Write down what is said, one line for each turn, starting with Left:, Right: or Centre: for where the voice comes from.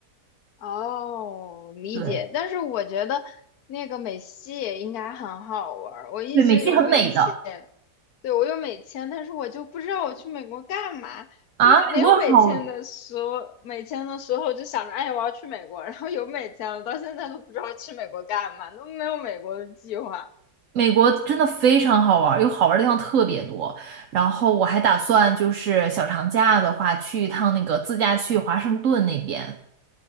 Left: 哦，理解。
Right: 对
Left: 但是我觉得那个美西也应该很好玩儿。我一直有美签，
Right: 对，美西很美的
Left: 对，我有美签，但是我就不知道我去美国干嘛。
Right: 啊。
Left: 就没有美签的时候，
Right: 美国好，
Left: 美签的时候就想着，哎，我要去美国。然后有美签了，到现在都不知道去美国干嘛，都没有美国的计划。
Right: 美国真的非常好玩儿，有好玩儿的地方特别多。然后我还打算就是小长假的话去一趟那个自驾去华盛顿那边